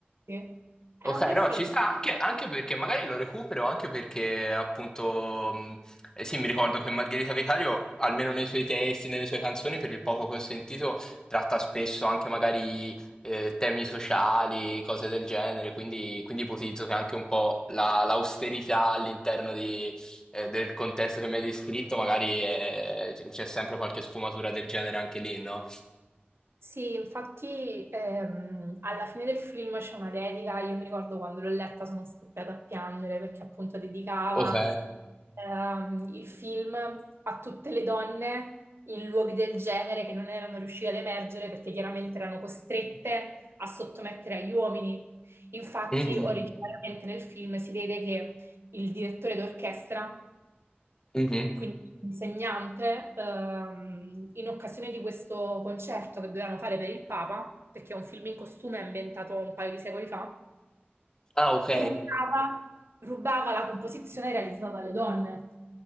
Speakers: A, on the right; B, on the left.
A: Sì. È
B: Ok,
A: un bel
B: no,
A: film.
B: ci sta anche, anche perché magari lo recupero, anche perché appunto, mh, eh sì, mi ricordo che Margherita Vicario, almeno nei suoi testi, nelle sue canzoni, per il poco che ho sentito, tratta spesso anche magari eh, temi sociali, cose del genere, quindi, quindi ipotizzo che anche un po' la- l'austerità all'interno di, eh, del contesto che mi hai descritto, magari eh, c- c'è sempre qualche sfumatura del genere anche lì, no?
A: Sì, infatti ehm, alla fine del film c'è una dedica, io mi ricordo quando l'ho letta sono scoppiata a piangere perché appunto dedicava
B: Ok.
A: ehm, il film a tutte le donne in luoghi del genere che non erano riuscite ad emergere perché chiaramente erano costrette a sottomettere agli uomini. Infatti
B: Mhm,
A: originariamente nel film si vede che il direttore d'orchestra
B: mhm.
A: quindi l'insegnante, ehm, in occasione di questo concerto che dovevano fare per il Papa, perché è un film in costume ambientato un paio di secoli fa,
B: Ah, ok.
A: rubava, rubava la composizione realizzata dalle donne,